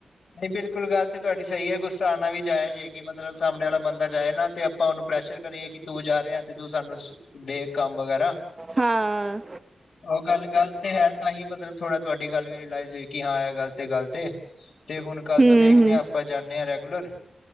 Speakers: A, on the left (about 75°); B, on the right (about 35°).
A: ਨਹੀਂ ਬਿਲਕੁਲ ਗੱਲ ਤੇ ਤੁਹਾਡੀ ਸਹੀ ਏ, ਗੁੱਸਾ ਆਉਣਾ ਵੀ ਜਾਇਜ਼ ਏ, ਕਿ ਮਤਲਬ ਸਾਹਮਣੇ ਵਾਲਾ ਬੰਦਾ ਜਾਏ ਨਾ ਤੇ ਆਪਾਂ ਉਹਨੂੰ ਪ੍ਰੈਸ਼ਰ ਕਰੀਏ, ਕਿ ਤੂੰ ਜਾ ਰਿਹਾ ਤੇ ਤੂੰ ਸਾਨੂੰ ਦੇ ਕੰਮ ਵਗੈਰਾ।
B: ਹਾਂ
A: ਉਹ ਗੱਲ ਗਲਤ ਏ ਤਾਂ ਹੀ ਮਤਲਬ ਥੋੜਾ ਤੁਹਾਡੀ ਗੱਲ ਵੀ ਰਿਅਲਾਈਜ਼ ਹੋਈ ਕਿ ਹਾਂ ਇਹ ਗਲ ਤੇ ਗਲਤ ਏ ਤੇ ਹੁਣ ਕੱਲ
B: ਹੂੰ
A: ਤੋਂ ਦੇਖਦੇ
B: ਹੂੰ
A: ਹਾਂ ਆਪਾਂ ਜਾਂਨੇ ਹਾਂ ਰੈਗੂਲਰ